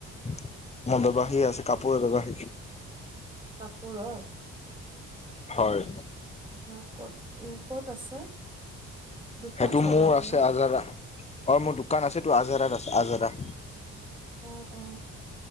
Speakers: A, on the left; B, on the right.
A: ম ব্যৱসাৰী আছে কাপোৰ' ব্যৱসায়ি।
B: কাপোৰৰ?
A: হয়।
B: হয় ক'ত, উ ক'ত আছে? দোকান
A: সেইটো
B: চাগে
A: মোৰ
B: আপোনাৰ
A: আছে আজাৰা। হয় মোৰ দোকান আছেতো আজাৰাত আছে আজাৰা।
B: অঁ অঁ।